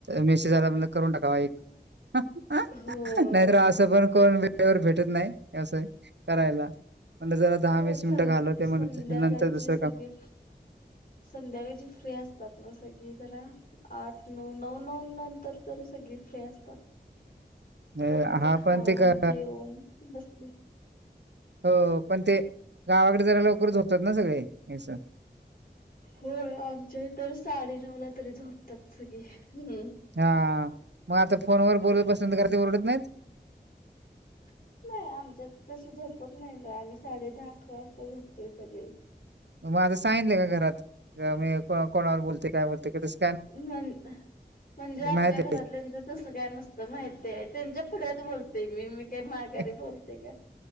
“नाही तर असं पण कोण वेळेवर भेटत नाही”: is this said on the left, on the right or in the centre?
Right